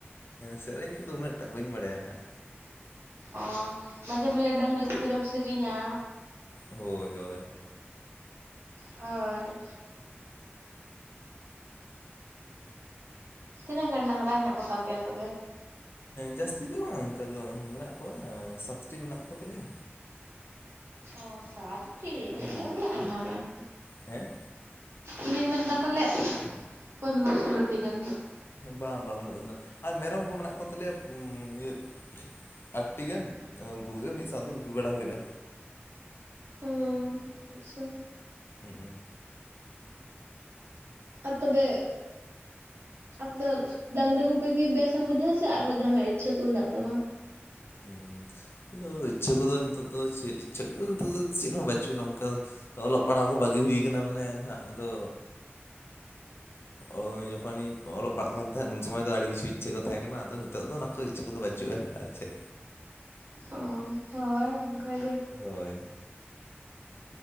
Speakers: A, on the left; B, on the right.
A: ᱥᱮᱨᱮᱧ ᱠᱚᱫᱚ ᱩᱱᱟᱹᱜᱴᱟᱜ ᱵᱟᱹᱧ ᱵᱟᱲᱟᱭᱟ ᱱᱟᱦᱟᱸᱜ᱾
B: ᱚ ᱢᱟᱡᱷᱮ ᱢᱟᱡᱷᱮ ᱰᱟᱹᱝᱨᱤ ᱜᱩᱯᱤᱮᱢ ᱥᱮᱨᱮᱧᱟ᱾
A: ᱦᱳᱭ ᱦᱳᱭ᱾
B: ᱦᱳᱭ᱾ ᱛᱤᱱᱟᱹᱜ ᱜᱟᱱ ᱰᱟᱝᱨᱟ ᱦᱮᱱᱟᱜ ᱠᱚ ᱛᱟᱯᱮᱭᱟ ᱛᱚᱵᱮ?
A: ᱡᱟᱹᱥᱛᱤ ᱫᱚ ᱵᱟᱝ ᱚᱱᱠᱟ ᱫᱚ ᱢᱮᱱᱟᱜ ᱠᱚᱣᱟ ᱥᱟᱛᱴᱤ ᱢᱮᱱᱟᱜ ᱠᱚ ᱛᱟᱞᱮᱭᱟ᱾
B: ᱚᱻ ᱥᱟᱛᱴᱤ <unintelligible>
A: ᱩᱱᱠᱩ
B: ᱟᱭᱢᱟ ᱜᱟᱱ᱾
A: ᱦᱮᱸ᱾
B: ᱤᱧᱫᱚᱧ ᱢᱮᱱᱫᱟ ᱯᱟᱞᱮᱜ ᱯᱚᱱᱨᱚ ᱥᱳᱞᱳᱴᱤ ᱜᱟᱱ᱾
A: ᱵᱟᱝ ᱵᱟᱝ ᱩᱱᱟᱹᱜ ᱜᱟᱱ ᱫᱚ ᱟᱨ ᱢᱮᱨᱚᱢ ᱠᱚ ᱢᱮᱱᱟᱜ ᱠᱚᱛᱟᱞᱮᱭᱟ ᱤᱭᱟᱹ ᱟᱴᱴᱤ ᱜᱟᱱ ᱟᱫᱚ ᱩᱱᱠᱩᱜ ᱜᱮ ᱢᱤᱫ ᱥᱟᱶᱛᱮ ᱜᱩᱯᱤ ᱵᱟᱲᱟ ᱦᱩᱭᱩᱜᱼᱟ᱾
B: ᱦᱩᱸ <unintelligible>
A: ᱦᱮᱸ᱾
B: ᱟᱨ ᱛᱚᱵᱮ ᱟᱢᱫᱚ ᱰᱟᱝᱨᱤ ᱜᱩᱯᱤ ᱜᱮ ᱵᱮᱥᱮᱢ ᱵᱩᱡᱷᱟᱹᱣᱟ ᱥᱮ ᱟᱨᱦᱚᱸ ᱡᱟᱦᱟᱱᱟᱜ ᱤᱪᱪᱷᱟᱹ ᱠᱚ ᱦᱮᱱᱟᱜ ᱛᱟᱢᱟ?
A: ᱦᱩᱸ ᱟᱫᱚ ᱤᱪᱷᱟᱹ ᱠᱚᱫᱚ ᱱᱤᱛᱚᱜ ᱫᱚ ᱪᱮᱫ ᱤᱪᱪᱷᱟᱹ ᱠᱚᱫᱚ ᱱᱤᱛᱚᱜ ᱫᱚ ᱪᱮᱫ ᱦᱚᱸ ᱵᱟᱹᱪᱩᱜᱼᱟ ᱚᱱᱠᱟ ᱫᱚ᱾ ᱚᱞᱚᱜ ᱯᱟᱲᱦᱟᱜ ᱠᱚ ᱵᱟᱹᱜᱤ ᱦᱩᱭ ᱠᱟᱱᱟ ᱢᱟᱱᱮ ᱮᱱᱦᱟᱜ ᱟᱫᱚ ᱚᱭ ᱡᱚᱠᱷᱚᱱᱤ ᱚᱞᱚᱜ ᱯᱟᱲᱟᱜ ᱛᱟᱦᱮᱸᱫ ᱩᱱ ᱥᱚᱢᱚᱭ ᱫᱚ ᱟᱹᱰᱤ ᱠᱤᱪᱷᱩ ᱤᱪᱪᱷᱟᱹ ᱠᱚ ᱛᱟᱦᱮᱸ ᱠᱟᱱᱟ᱾ ᱟᱫᱚ ᱱᱤᱛᱚᱜ ᱫᱚ ᱚᱱᱟ ᱠᱚ ᱤᱪᱷᱟᱹ ᱠᱚᱫᱚ ᱵᱟᱹᱪᱩᱜᱼᱟ᱾ ᱟᱨ ᱪᱮᱫ᱾
B: ᱚᱻ ᱦᱳᱭ ᱚᱱᱠᱟᱜᱮ᱾
A: ᱦᱳᱭ᱾